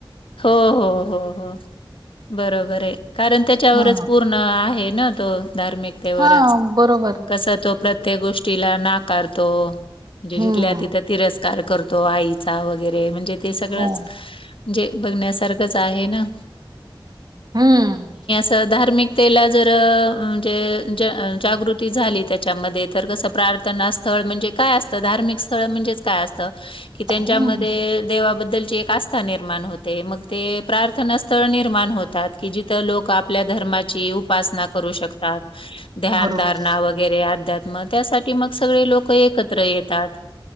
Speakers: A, on the left (about 85°); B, on the right (about 50°).
A: हो हो हो बरोबर आहे, कारण त्याच्यावरच
B: हा
A: पूर्ण आहे ना तो धार्मिकतेवरच,
B: हा बरोबर
A: कसा तो प्रत्येक गोष्टीला नाकारतो म्हणजे
B: हम्म
A: जिथल्या तिथ तिरस कार करतो आईचा वगैरे म्हणजे ते सगळंच
B: हो
A: म्हणजे बघण्यासारखंच आहे ना?
B: हम्म.
A: तर धार्मिकतेला जर अ म्हणजे? जागृती झाली त्याच्यामध्ये, तर कसं प्रार्थना स्थळ म्हणजे काय असतं? धार्मिक स्थळ म्हणजेच काय असत? त्यांच्यामध्ये
B: हम्म
A: देवा बद्दलची आस्था निर्माण होते. मग ते प्रारथ ना स्थळ निर्माण होतात की जिथं लोक आपल्या धर्माची उपासना करू शकतात. ध्यानधारणा
B: बरोबर
A: वगैरे अध्यात्म त्यासाठी मग सगळे लोक एकत्र येतात.